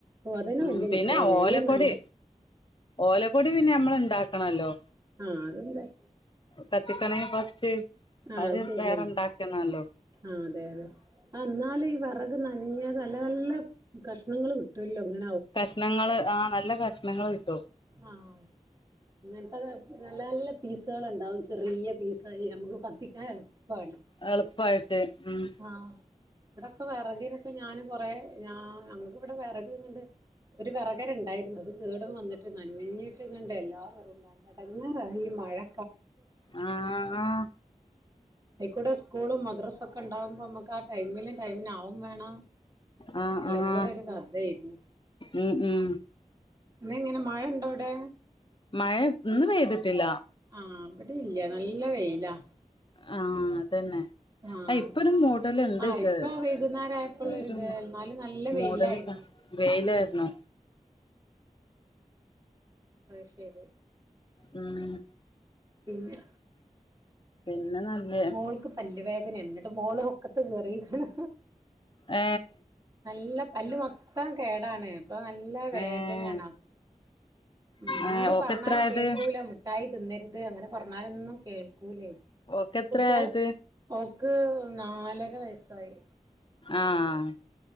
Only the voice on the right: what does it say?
ഓ അതന്നെ
വല്യ
കിട്ടലാണ്
ഈ നന
ആ അതന്തായി
ആ
അഅ്ശരിയാണ്.
ആ അതെ അതെ ആ ന്നാലും ഈ പറ നൻഞ്ഞത് നല്ല നല്ല കഷ്ണങ്ങൾ കിട്ടല്ലോ ഇങ്ങനെ
ആഹ ഇങ്ങൻതൊക്കെ നല്ല നല്ല പീസാള് ഉണ്ടാവും ചെറിയ പീസായി- നമുക്ക് കത്തിക്കാൻ എളുപ്പാണ്
ആ ഇവിടൊക്കെ വിറകിനൊക്കെ ഞാനും കൊറേ ഞാ ഞങ്ങക്ക് ഇവിടെ വിറകിന്നട്ട് ഒരു വിറകരണ്ടായിരുന്നു. അത് കേടും വന്നിട്ട് നന്ഞ്ഞിട്ട് ങ്ങണ്ട് എല്ലാ വറകും നനഞ്ഞ്. എടങ്ങാറായി ഈ മഴ
ഐക്കൂടെ സ്കൂളും മദ്രസൊക്കെ ക്ക ണ്ടാവുമ്പോ നമ്മുക്ക് ആ ടൈമിലും ടൈമിനാവും വേണം
എല്ലം
കൂടെ ഒരു കഥ ഏരുന്നു.
ഇന്ന് എങ്ങനെ മഴണ്ടോടേ.
ആഹ ഇവിടില്യ. നല്ല വെയിലാ.
ആഹ്
ആഹ്
ഇപ്പൊ വൈകുന്നേരം ആയപ്പോള്ളൊരിത്
എന്നാലും നല്ല വെയിലായിരുന്നു
അഅ് ശരി.
പിന്നെ
മോൾക്ക് പല്ല് വേദന. നെന്നിട്ട് മോള് ഒക്കത്ത് കേറിക്ക്ണ്.
നല്ല പല്ല് മൊത്തം കേടാണ്. പ്പൊ നല്ല വേദനാണ്
ആക്. ഉം
എന്ത്
പറഞ്ഞാലും കേക്കൂല മിഠായി തിന്നരുത്, അങ്ങനെ. പറഞ്ഞാലൊന്നും കേൾക്കൂലേയ്.
കുട്യാള് ഓക്ക് നാലര. വയസ്സായി